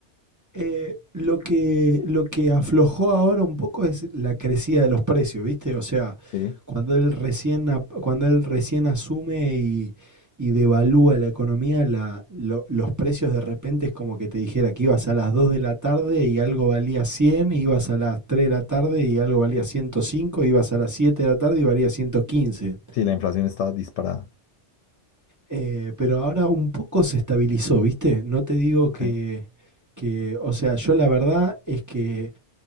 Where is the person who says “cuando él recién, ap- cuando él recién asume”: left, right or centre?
Right